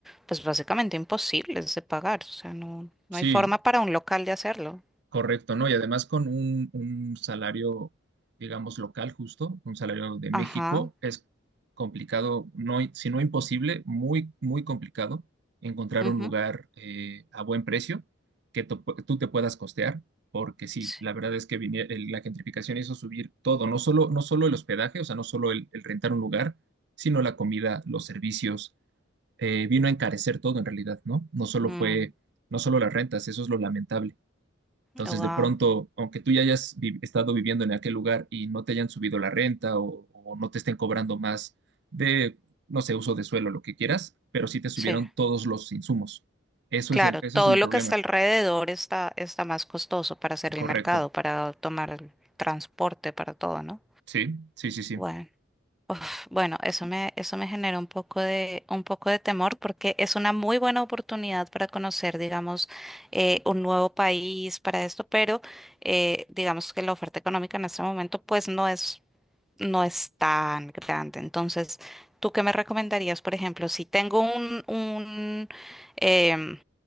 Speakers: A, in the centre; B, on the right.
A: pues, básicamente imposibles de pagar. O sea, no, no
B: Sí,
A: hay forma para un local de hacerlo.
B: Correcto, ¿no? Y además con un, un salario, digamos, local justo, un salario de México,
A: Ajá.
B: es complicado, no, i- si no imposible, muy, muy complicado encontrar
A: ujú.
B: un lugar eh, a buen precio que tú pu- tú te puedas costear, porque sí,
A: Sí.
B: la verdad es que vinie- el- la gentrificación hizo subir todo, no solo, no solo el hospedaje, o sea, no solo el, el rentar un lugar, sino la comida, los servicios, eh, vino a encarecer todo en realidad, ¿no? No solo
A: Mm,
B: fue, no solo las rentas, eso es lo lamentable. Entonces,
A: wow.
B: de pronto, aunque tú ya hayas vi- estado viviendo en aquel lugar y no te hayan subido la renta o, o no te estén cobrando más de, no sé, uso de suelo, lo que quieras, pero sí te subieron
A: Sí,
B: todos los insumos. Eso
A: claro,
B: es el, eso
A: todo
B: es el
A: lo
B: problema.
A: que está alrededor está, está más costoso para hacer
B: Correcto.
A: el mercado, para tomar el transporte, para todo, ¿no?
B: Sí, sí, sí, sí.
A: Bueno, uf, bueno, eso me, eso me genera un poco de, un poco de temor porque es una muy buena oportunidad para conocer, digamos, eh, un nuevo país para esto, pero eh, digamos que la oferta económica en este momento pues no es, no es tan grande. Entonces, ¿tú qué me recomendarías, por ejemplo, si tengo un, un em,